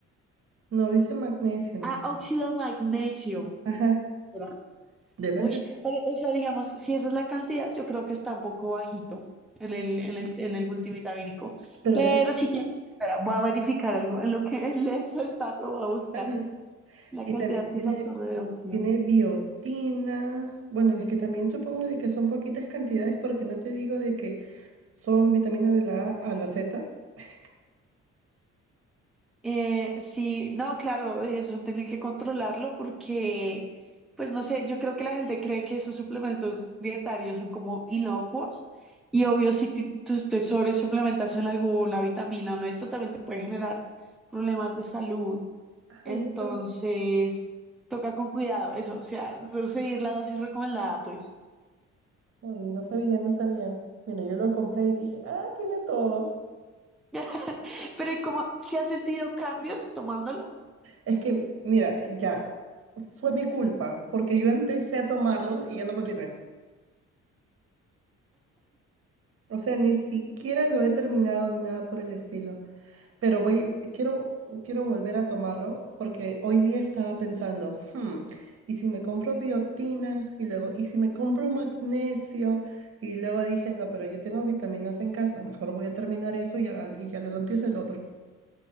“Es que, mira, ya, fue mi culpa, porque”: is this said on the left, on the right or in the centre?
Right